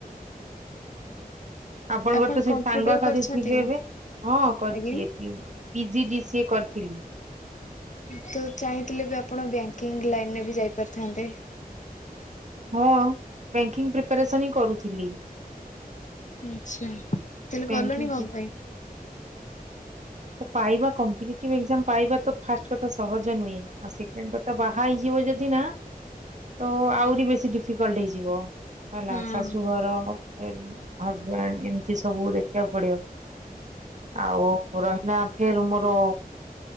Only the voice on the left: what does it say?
ଆପଣ
କମ୍ପ୍ୟୁଟର
କରିଛନ୍ତି
ନା?
ଆଜ୍ଞା
ତ ଚାହିଁଥିଲେ ବି ଆପଣ ବ୍ୟାଙ୍କିଙ୍ଗ ଲାଇନ ରେ ବି ଯାଇପାରିଥାନ୍ତେ।
ଆଛା ତାହେଲେ
ଗଲନି କଁ ପାଇଁ?
ହଁ